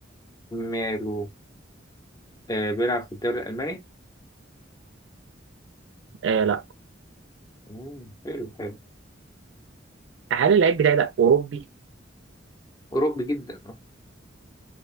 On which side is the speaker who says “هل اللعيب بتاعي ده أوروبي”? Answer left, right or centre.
Right